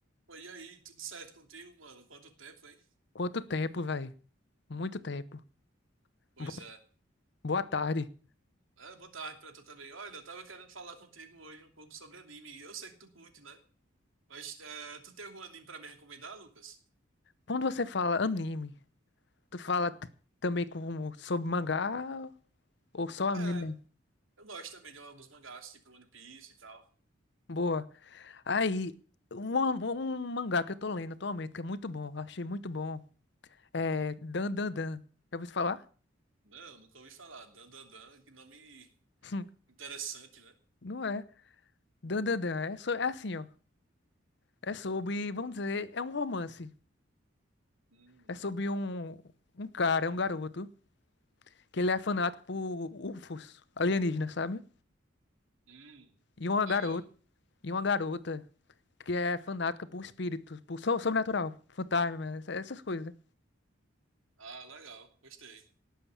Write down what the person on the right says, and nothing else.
Pô, E aí, tudo certo contigo, mano? Quanto tempo, hein?
Pois
é.
É, boa tarde pra tu também. Olha, eu tava querendo falar contigo hoje um pouco sobre anime. Eu sei que tu curte, né? Mas é, tu tem algum anime pra me recomendar, Lucas?
É, eu gosto também de alguns mangás, tipo One Piece e tal.
Não, nunca ouvi falar. Dan Dan Dan, que nome
interessante, né?
Hum,
hum,
legal.
Ah, legal, gostei.